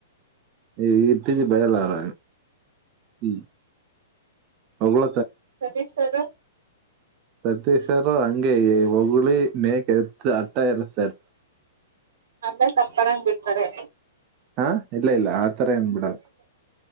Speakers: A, on the right (about 30°); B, on the right (about 80°).
A: ಈ ಇತ್ತಚಿ ಬಯಲ ಆರ ಹ್ಮ ಅವಳ
B: ಸಜತ್ ಸರ್
A: ಸತೀಶ್ವಾರೋ ಅಂಗೇಯೇ ಒಗುಳಿ ಮೇ ಕೆತ್ತು ಅಟ್ಟಸರ್
B: ಆಮೇ ತಪನಂಗ್ ಬಿಡ್ತಾರೆ
A: ಹಾ ಇಲ್ಲ ಇಲ್ಲ ಆತರ ಏನ್ ಬಿಡದು